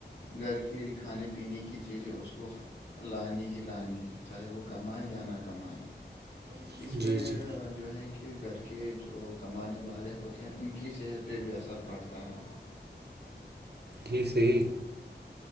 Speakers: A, on the left; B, on the right.
A: گھر کی کے کھانے پینے کی چیزیں اس کو لانی ہی لانی ہے چاہے وہ کمائے یا نہ کمائے
B: جی
A: اس پہ
B: جی
A: جو ہے کہ گھر کے جو کمانے والے ہوتے ہیں ان کی صحت پہ بھی اثر پڑتا ہے
B: جی صحیح